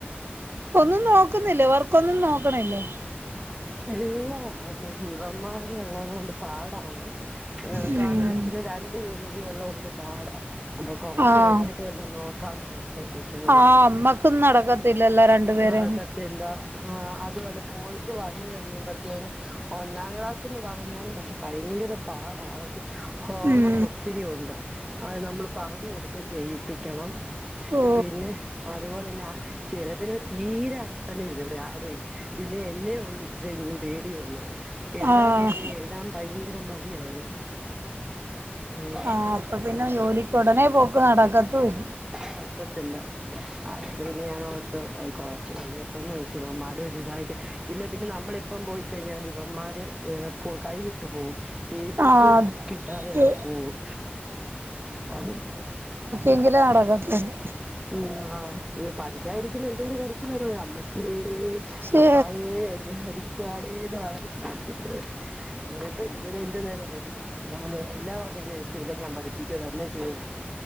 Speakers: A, on the right (about 65°); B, on the right (about 15°).
A: ഒന്നും നോക്കുന്നില്ലേ വർക്കൊന്നും നോക്കണില്ലേ
B: എല്ലാതി ജീവമ്മ <unintelligible> കൊണ്ട് പാടാണെ ഏഹ് <unintelligible>
A: ഉം
B: ള്ളത് കൊണ്ട് പാടാം അപ്പൊ കൊറച്ച
A: ആഹ്
B: കഴിഞ്ഞിട്ട് വല്ല നോക്കാന്ന് വെച്ച ക്ക്ണ
A: ആഹ്
B: ത്
A: അമ്മക്കും നടക്കത്തില്ലല്ലോ രണ്ടുപേരേം
B: നടക്കത്തില്ല അതുപലെ പോയിട്ട് വന്ന് കഴിയുമ്പത്തേന് ഒന്നാം ക്ലാസ്ന്ന് പറഞ്ഞാലും പക്ഷെ ഭയങ്കര പാടാവും ഹോമ
A: ഉം
B: ഒത്തിരി ഉണ്ട് അത് നമ്മൾ പറഞ്ഞു കൊടുത്ത് ചെയ്യിപ്പിക്കണം
A: ഓ
B: പിന്നെ അതുപോലെ തന്നെ ആ ചിലതിനു തീരെ അനസരണി ല്ല ഇവിടെ ആരെയ പിന്നെ എന്നെ ഉള്ളു ഇച്ചിരി ഇങ്ങനും പേടിയേ ഉള്ളൂ എഴുതാൻ
A: ആഹ്
B: പറഞ്ഞേ എഴുതാൻ ഭയങ്കര മടി അവന് ഉം
A: ആഹ് അപ്പൊ പിന്നെ ജോലിക്ക് ഉടനെ പോക്ക് നടക്കത്തുംല്ല
B: പറ്റത്തില്ല. അതോട് പിന്നെ ഞൻ ഓർതു കൊറച്ച് കഴിയട്ടെന്ന് വെച്ചു ഇവന്മാർ ഒരു ഇതായിട്ടി പിന്നെ. പിന്നെ നമ്മളിപ്പം പോയിക്കഴിഞ്ഞാല് ഇവന്മാര് കൈവിട്ടു പോവും. ബേസിക്ക്
A: ആഹ്
B: കിട്ടാതെയൊക്കെ
A: ത്
B: പോവും അ
A: എങ്കിലെ നടക്കത്തിള്ളൂ
B: ഉമ് ആ പഠിക്കാനിരിക്കുമ്പോ എന്തൊരു കരച്ചിലാണെന്ന് അറിയ്യോ അമ്മ ച്ചിയെ
A: ശേ
B: അപ്പായേ എനെ അടിക്കുവാണേന്ന് ആ വിളിക്കുന്നത്. എന്നിട്ട് ഇവര് എന്റെ നേരേ വരും. ഞാൻ പറഞ്ഞു എല്ലാ ഒരു രഷയില്ല ഞാൻ പഠിപ്പിക്കുക തന്നെ ചെയും.